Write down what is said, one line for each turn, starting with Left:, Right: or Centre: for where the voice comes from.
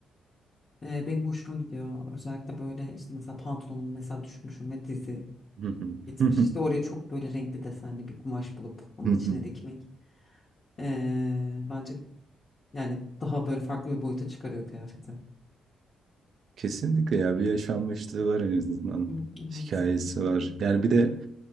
Left: Eee, benim hoşuma gidiyor. Özellikle böyle işte mesela pantolonum mesela düşmüşüm ve dizi
Right: hı hı,
Left: Gitmiş
Right: hı hı,
Left: işte oraya çok böyle renkli desenli bir kumaş bulup onu
Right: hı
Left: içine
Right: hı.
Left: dikmek. Ee, bence yani daha böyle farklı bir boyuta çıkarıyor kıyafeti.
Right: Kesinlikle ya bir yaşanmışlığı var en azından.
Left: Hı, Evet.
Right: Hikayesi var. Yani bir de